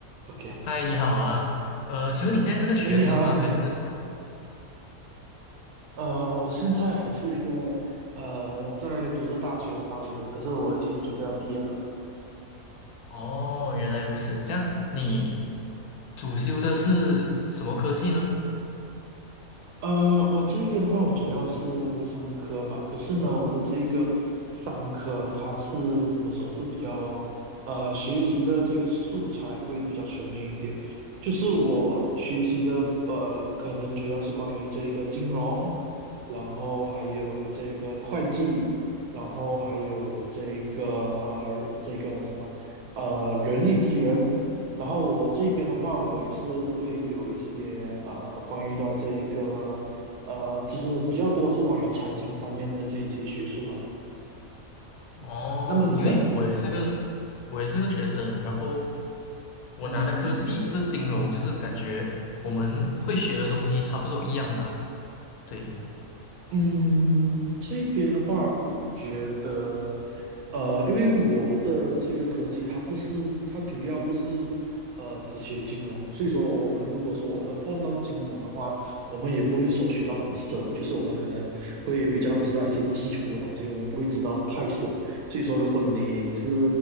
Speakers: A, on the right; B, on the left.
A: OK，
B: 嗨，你好啊，呃，请问你现在是个学生吗？
A: 哎，你好，你好，
B: 还是？
A: 呃，我现在还是一个呃在读着大学的大学生，可是我已经准备要毕业了。
B: 哦，原来如此，这样你主修的是什么科系呢？
A: 呃，我这边的话，我主要是商科吧。可是呢，我的这一个商科，它是怎么说，是比较呃学习的这个素材会比较全面一点。就是我学习的呃，可能主要是关于这个金融，然后还有这个会计，然后还有这个呃这个什么呃人力资源，然后我这边的话，我也是会有一些呃，关于到这一个呃，就是比较多是关于财经方面的这一些学术了。
B: 哦，
A: 那么你呢？
B: 因为我也是个，我也是个学生，然后我拿的科系是金融，
A: 嗯
B: 就是感觉我们会学的东西差不多一样吧？对，
A: 嗯，这边的话，我觉得呃，因为我的这个科系它不是，它主要不是呃只学金融，所以说我们如果说我们碰到金融的话，我们也不会说学到很深，就是我们可能会比较知道一些基础的东西，我们不会知道太深。所以说，如果你是